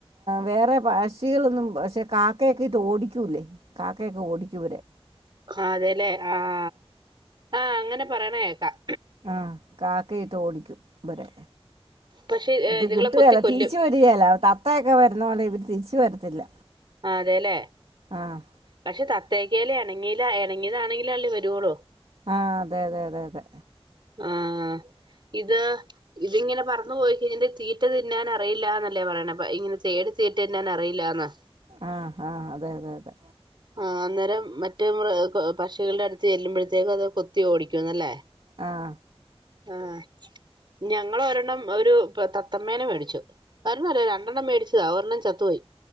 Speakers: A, on the right (about 65°); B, on the right (about 50°).
A: വേറെ പശികളൊന്നും പക്ഷെ ക ക്കയൊക്കെയിട്ട് ഓിക്കൂല്ലേ കാക്കയൊക്കെ ഓടിക്കവരെ
B: അതെല്ലേ ആഹ ആഹ അങ്ങനെ പറയണ കേക്കാം
A: ആ കാക്കയിട്ട് ഓടിക്കും ഇരെ
B: പക്ഷെ
A: ഇത്
B: ഇതുങ്ങളെ
A: കിട്ടുകല്ല
B: കൊത്തി കൊല്ലും
A: തിരിച്ച് തത്തയൊക്കെ വരുന്നോണ്ട് ഇവര് തിരിച്ചു വരത്തില്ല
B: ആ അതെല്ലേ
A: ആഹ്
B: പക്ഷെ തത്തേക്കൽേ ഇണങ്ങീല ഇണങ്ങിയതാണെങ്കിലിൽ അള്ളി വരുവളൂ
A: ആഹ് അതെ അതെ അതെ അതെ
B: ആഹ് ഇത് ഇതിങ്ങനെ പറഞ്ഞു പോയി കഴിഞ്ഞ് തീറ്റത് തിന്നാൻ അറിയില്ലാന്നല്ലേ പറയണപ്പ ഇങ്ങനെ തേടി തീറ്റ ന്നാൻ അറിയില്ലന്നാ
A: ആഹ് ആഹ് അതെ അതെ അതെ
B: ആ അന്നേരം മറ്റ മ പക്ഷികളുടെ അടുത്ത് ചെല്ലുമ്പോഴത്തേക്കും അത് കൊത്തി ഓടിക്കും അല്ലേ
A: ആഹ്
B: ആഹ് ഞങ്ങൾ ഒരെണ്ണം ഒരു തത്തമേന മേടിച്ചു ഒരെണ്ണമല്ല രണ്ടെണ്ണം മേടിച്ചതാ ഒരെണ്ണം ചത്തുപോയി